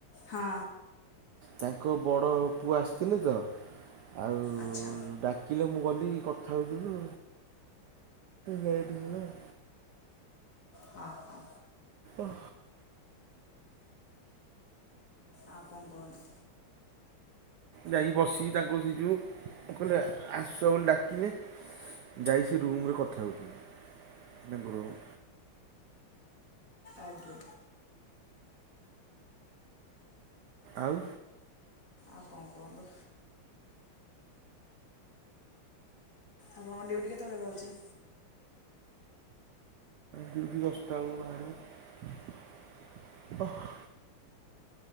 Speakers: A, on the left; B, on the right.
A: ହଁ।
B: ତାଙ୍କ ବଡ଼ ପୁଅ ଆସିଥିଲେ ତ ଆଉ
A: ଆଚ୍ଛା
B: ଡାକି ଲେ ମୁଁ ଗଲିି କଥା ହେଉଥିଲୁ, ଲେଟ୍ ହେଲା ଆଉ।
A: ହଁ ହଁ
B: ଓଃ।
A: ଆଉ କଣ କୁହନ୍ତୁ
B: ଯାଇକି ବସିକି ତାଙ୍କୁ ସେଇ ଯେଉ କହିଲେ ଆସ ବୋଲି ଡାକିଲେ। ଯାଇ ସେ ରୁମ୍ ରେ କଥା ହେଉଥିଲୁ ତାଙ୍କ ରୁମ୍।
A: ଆଜ୍ଞା।
B: ଆଉ।
A: ଆଉ କଣ କୁହନ୍ତୁ। ଆପଣଙ୍କ ଡ୍ୟୁଟି କେତେବେଳେ ରହୁଛି।
B: ଡ୍ୟୁଟି ଦଶଟା ବେଳକୁ ବାହାରିବି। ଓଃ।